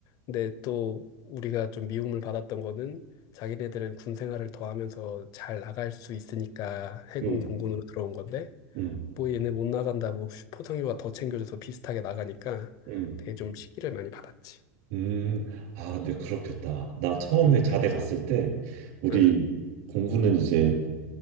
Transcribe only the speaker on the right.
응,
응,
응.
음, 아, 근데 그렇겠다. 나 처음에
자대 갔을 때, 우리
공군은 이제